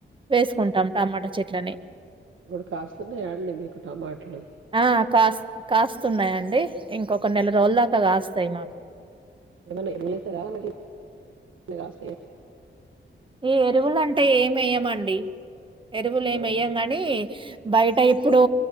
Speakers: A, on the right; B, on the right.
A: వేసుకుంటాం టమాటా చెట్లని
B: ఇప్పుడు కాస్తున్నాయాండి మీకు టమాటలు?
A: ఆ కాస్ కాస్తున్నాయండి ఇంకొక నెల రోజు దాకా కాస్తాయి మాకు
B: ఏన్నా ఎరుమ స రాటి కాశ
A: ఈ ఎరువులంటే ఏమిేయమండి ఎరువులు ఏమయ్యాం
B: అవునా!
A: గాని బయట ఇప్పుడు